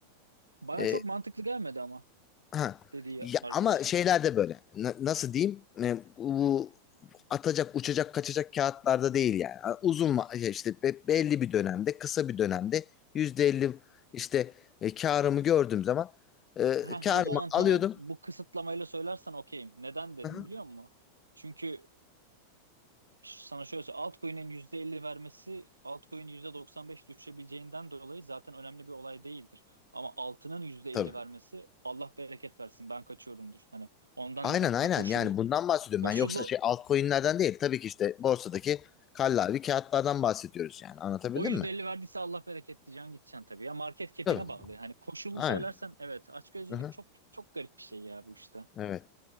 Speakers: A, on the right; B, on the left.
A: Bana
B: E,
A: çok mantıklı gelmedi ama
B: ha.
A: dediği
B: Ya,
A: arkadaşın.
B: ama şeyler de böyle. Na- nasıl diyeyim? E, bu atacak, uçacak, kaçacak kağıtlarda değil yani. A- Uzun va- şey işte be- belli bir dönemde, kısa bir dönemde %50 işte e, karımı gördüğüm zaman e,
A: Ha,
B: karımı
A: o zaman
B: alıyordum.
A: tamam. Bu kısıtlamayla söylersen okeyim. Neden dedim
B: Hı hı.
A: biliyor musun? Çünkü e, sana şöyle söyleyeyim. Altcoin'in %50 vermesi altcoin'in %95 düşebileceğinden dolayı zaten önemli bir olay değildir. Ama altının %50
B: Tabii.
A: vermesi Allah bereket versin ben kaçıyorumdur. Hani ondan
B: Aynen
A: dedim.
B: aynen
A: Hani koşul
B: yani bundan bahsediyorum
A: koşullu
B: ben yoksa şey altcoin'lerden değil tabii ki işte borsadaki kallavi kağıtlardan bahsediyoruz yani anlatabildim
A: o %50
B: mi?
A: verdiyse Allah bereket diyeceksin gideceksin tabii. Ya market cap'ine
B: Tabii.
A: bağlı. Hani koşulunu
B: Aynen.
A: söylersen evet açgözlülük
B: Hı-hı.
A: çok çok garip bir şey ya bu işte.
B: Evet.